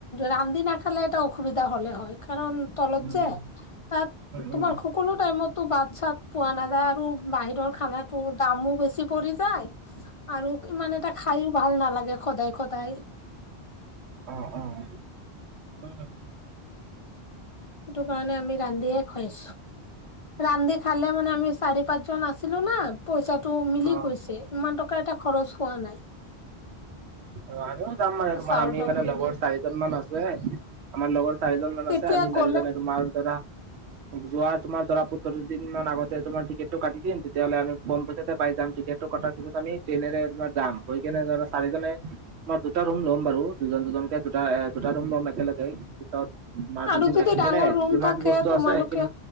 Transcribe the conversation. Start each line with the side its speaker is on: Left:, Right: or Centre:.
Left: ৰান্দি নাখালে এটা অসুবিধা হলে হয় কাৰণ তলত
Right: উম
Left: যে তাত তোমাৰ
Right: উম
Left: খুব কোনো টাইমতো বাত-চাত পোৱা নাযায় আৰু বাহিৰৰ খানাটো দামো বেছি পৰি- যাই, আৰু ইমান এটা খাইয়ো ভাল নালাগে ষদাই-ষদায়।
Right: অ অ উ।
Left: সেইটোকাৰণে আমি ৰান্ধিয়ে খাইছো। ৰান্ধি খালে মানে আমি চাৰি পাঁচজন আছিলো না। পইচাটো মিলি
Right: অ
Left: গৈছে ইমান টকা এটা খৰচ হোৱা নাই।
Right: অ আমিও যাম মানে তোমাৰ
Left: চাউল
Right: আমি
Left: তাউল
Right: মানে
Left: কিনি
Right: লগৰ চাৰিজন মান আছে। আমাৰ লগৰ চাৰিজন মান
Left: তেতিয়া
Right: আছে আমি চাৰিজন
Left: গ'লে
Right: তোমাৰ ধৰা যোৱা তোমাৰ ধৰা পোন্ধৰ দিন আগতে তোমাৰ টিকটটো কাটি দিম তেতিয়াহ'লে আমি কম পইচাতে পাই যাম টিকেট। কটাৰ পিতছ আমি ট্ৰেইনেৰে তোমাৰ যাম গৈ কেনে ধৰা চাৰিজনে মই দুটা ৰুম ল'ম বাৰু দুজন দুজনকে দুটা এ দুটা ৰুম ল'ম একেলগে। পিছত
Left: আৰু
Right: দুদিন
Left: যদি
Right: থাকি
Left: ডাঙৰ
Right: কেনে
Left: ৰুম
Right: যিমান
Left: থাকে
Right: বস্তু
Left: তোমালোকে
Right: আছে কি